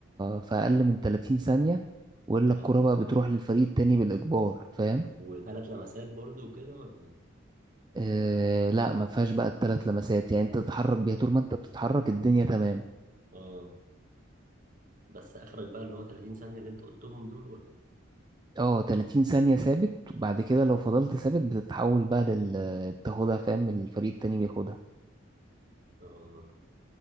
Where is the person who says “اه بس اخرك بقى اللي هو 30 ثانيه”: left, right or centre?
Right